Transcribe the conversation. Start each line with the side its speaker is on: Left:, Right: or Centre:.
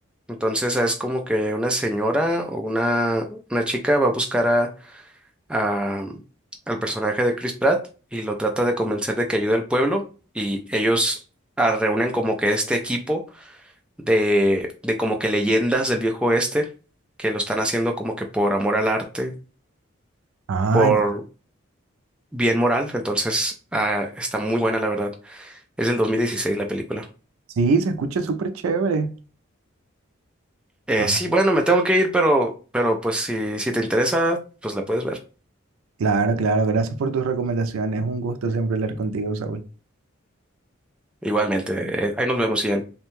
Centre: Entonces es como que una señora o una, una chica va a buscar a, a- al personaje de Chris Pratt y lo trata de convencer de que ayude al pueblo y ellos ah, reúnen como que este equipo de, de como que leyendas del viejo oeste que lo están haciendo como que por amor al arte
Right: ay,
Centre: por bien moral, entonces ah, está muy buena la verdad. Es del 2016 la película.
Right: sí, se escucha súper chévere.
Centre: Eh,
Right: Ah,
Centre: sí, bueno, me tengo que ir, pero, pero pues si, si te interesa, pues la puedes ver.
Right: claro, claro, gracias por tus recomendaciones. Un gusto siempre hablar contigo, Saúl.
Centre: Igualmente, eh, ahí nos vemos, Ian.